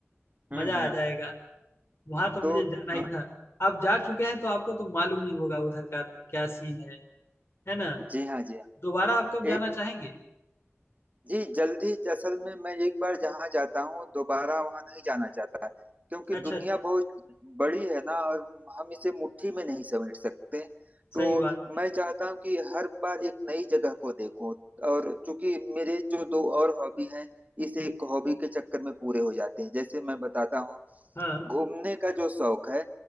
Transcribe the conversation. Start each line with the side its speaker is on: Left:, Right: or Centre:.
Left: मजा
Right: हम्म हम्म
Left: आ जाएगा वहाँ तो मुझे
Right: तो
Left: जाना ही
Right: अ,
Left: था आप जा चुके हैं तो आपको तो मालूम ही होगा उधर का क्या सीन है है ना
Right: जी हाँ जी हाँ
Left: दोबारा आप कब जाना
Right: एक
Left: चाहेंगे
Right: जी जल्दी असल में मैं एक बार जहाँ जाता हूँ दोबारा वहाँ नहीं जाना चाहता क्योंकि
Left: अच्छा
Right: दुनिया
Left: अच्छा
Right: बहुत बड़ी है ना और हम इसे मुट्ठी में नहीं समेट सकते
Left: सही
Right: तो
Left: बात है
Right: मैं चाहता हूँ कि हर बार एक नई जगह को देखूं और चूंकि मेरे जो दो और हॉबी हैं इस एक हॉबी के चक्कर में पूरे हो जाते हैं जैसे मैं बताता हूँ
Left: हाँ
Right: घूमने का जो शौक है